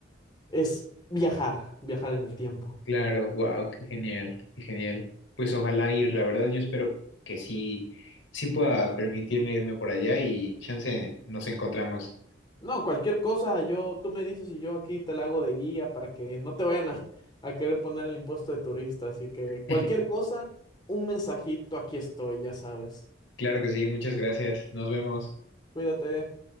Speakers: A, on the left; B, on the left.
A: es viajar, viajar en el tiempo.
B: claro, wow, qué genial, qué genial. Pues ojalá ir, la verdad, yo espero que sí, sí pueda permitirme irme por allá y chance nos encontramos.
A: No, cualquier cosa, yo, tú me dices y yo aquí te la hago de guía para que no te vayan a, a querer poner el impuesto de turista. Así que cualquier
B: <laughs>
A: cosa, un mensajito, aquí estoy, ya sabes.
B: Claro que sí, muchas gracias. Nos vemos.
A: Cuídate.